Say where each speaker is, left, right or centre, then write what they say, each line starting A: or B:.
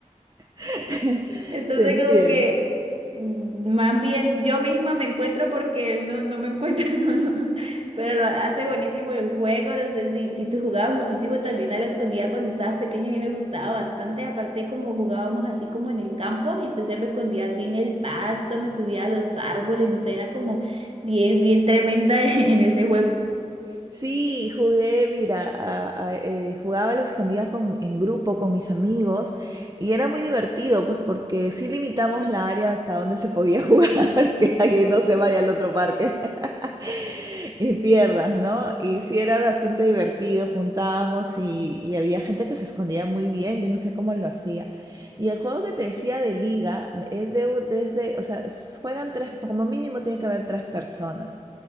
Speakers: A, on the right; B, on the right.
A: <laughs>
B: Entonces
A: Te entiendo.
B: como que mm, más bien yo misma me encuentro porque él no, no me encuentra, <laughs> no, no. Pero lo hace buenísimo el juego, no sé si, si tú jugabas muchísimo también a la escondida cuando estabas pequeño, a mí me gustaba bastante, aparte como jugábamos así como en el campo, entonces me escondía así en el pasto, me subía a los árboles, no sé, era como bien, bien tremenda <laughs> en ese juego.
A: Sí, jugué, mira, a- a- eh, jugaba a las escondidas con, en grupo con mis amigos y era muy divertido, pues porque sí limitamos la área hasta donde se podía jugar <laughs> para que alguien no se vaya al otro parque <laughs> y pierdas, ¿no? Y sí era bastante divertido, juntábamos y, y había gente que se escondía muy bien, yo no sé cómo lo hacía. Y el juego que te decía de liga es de, u- desde, o sea, s- juegan tres, como mínimo tiene que haber tres personas.